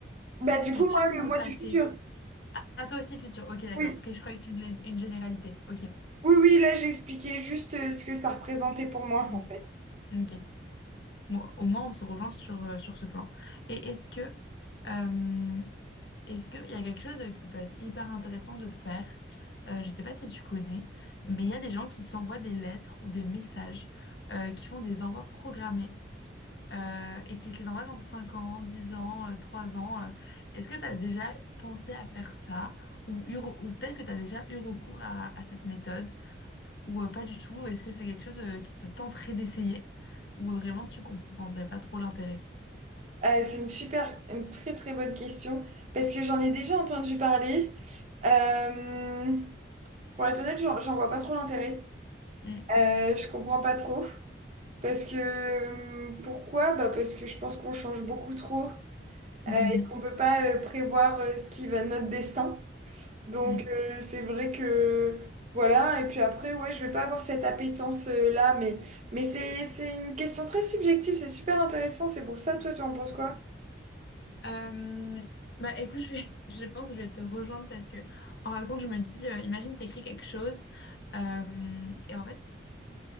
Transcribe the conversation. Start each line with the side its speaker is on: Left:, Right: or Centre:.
Right: Bah, du
Left: Futur
Right: coup, moi,
Left: ou
Right: le mois
Left: passé?
Right: du futur.
Left: Ah, toi aussi, futur. Ok, d'accord.
Right: Oui.
Left: Ok, je croyais que tu me donnais une généralité. Ok.
Right: Oui, oui, là, j'ai expliqué juste euh, ce que ça représentait pour moi,
Left: Hmm.
Right: en fait.
Left: Ok. Bon, au moins, on se rejoint sur, euh, sur ce plan. Et est-ce que. euh, est-ce qu'il y a quelque chose qui peut être hyper intéressant de faire? Euh, je ne sais pas si tu connais, mais il y a des gens qui s'envoient des lettres ou des messages euh, qui font des envois programmés euh, et qui se les envoie dans 5 ans, 10 ans, euh, 3 ans. euh. Est-ce que tu as déjà pensé à faire ça ou, eu re- ou peut-être que tu as déjà eu recours à, à cette méthode ou euh, pas du tout? Est-ce que c'est quelque chose euh, qui te tenterait d'essayer ou euh, vraiment tu comprendrais pas trop l'intérêt?
Right: Euh, c'est une super, une très très bonne question parce que j'en ai déjà entendu parler. Euh, pour être honnête, j'en j'en vois pas trop l'intérêt.
Left: Mm.
Right: Euh, je comprends pas trop. Parce que euh, pourquoi? Bah parce que je pense qu'on change beaucoup trop
Left: <laughs>
Right: euh, et qu'on peut pas euh, prévoir euh, ce qui va notre destin. Donc
Left: Mm.
Right: euh, c'est vrai que voilà. Et puis après, ouais, je vais pas avoir cette appétence euh, là, mais mais c'est c'est une question très subjective. C'est super intéressant. C'est pour ça, toi, tu en penses quoi?
Left: Euh, bah écoute, je vais- <laughs> je pense que je vais te rejoindre parce que en fin de compte, je me dis, euh, imagine t'écris quelque chose euh, et en fait,